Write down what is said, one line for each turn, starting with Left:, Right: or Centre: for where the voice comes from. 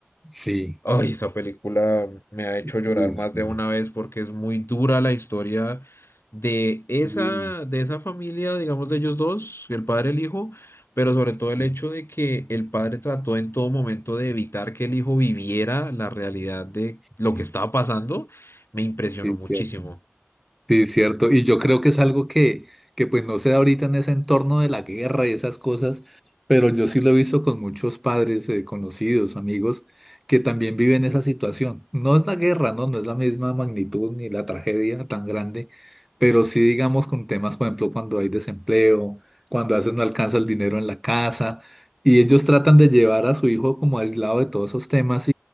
Centre: Sí.
Left: Ay, esa película me ha hecho llorar
Centre: Uy,
Left: más
Centre: sí.
Left: de una vez porque es muy dura la historia de esa,
Centre: Uy,
Left: de esa familia, digamos, de ellos dos, el padre y el hijo, pero sobre todo
Centre: sí,
Left: el hecho de que el padre trató en todo momento de evitar que el hijo viviera la realidad de
Centre: sí,
Left: lo que estaba pasando, me impresionó
Centre: sí,
Left: muchísimo.
Centre: es cierto. Sí, cierto. Y yo creo que es algo que, que pues no se da ahorita en ese entorno de la guerra y esas cosas, pero yo sí lo he visto con muchos padres, eh, conocidos, amigos, que también viven esa situación. No es la guerra, ¿no? No es la misma magnitud ni la tragedia tan grande, pero sí digamos con temas, por ejemplo, cuando hay desempleo, cuando a veces no alcanza el dinero en la casa, y ellos tratan de llevar a su hijo como aislado de todos esos temas